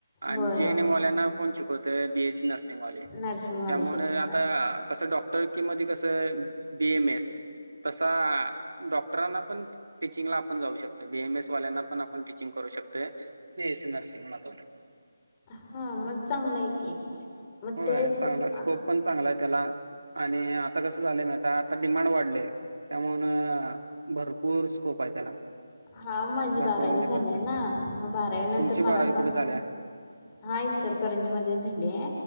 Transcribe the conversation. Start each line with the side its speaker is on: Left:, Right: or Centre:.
Right: आणि
Left: होय
Right: जेएनएम
Left: होय
Right: वाल्यालाना कोण शिकवतय बीएससी नर्सिंगवाले
Left: नर्सिंगवाले
Right: त्यामुळे
Left: शिकवतात
Right: आता कसं डॉक्टर किम कसं बी एम एस तसा डॉक्टरांना पण टीचिंगला आपण जाऊ शकतो. बीएमएस वाल्यांना पण आपण टीचिंग करू शकतोय बीएससी नर्सिंगमधून
Left: हा म चांगलयं आहे की, मग
Right: होय
Left: तेच
Right: चांगला
Left: आ
Right: स्कोप पण चांगलयं आहे त्याला. आणि आता कसं झालंय माहीती हाय, आता डिमांड वाढलय. त्यामान भरपूर स्कोप आहे त्याला.
Left: हा माझी
Right: भरपूर
Left: बारावी
Right: म्हणजे
Left: झालीय
Right: भरपूर
Left: ना, म बारावीनंतर
Right: तुमची बारावी
Left: मला पण
Right: कुठे झाल्या
Left: हा इचलकरंजीमध्येच झालीया.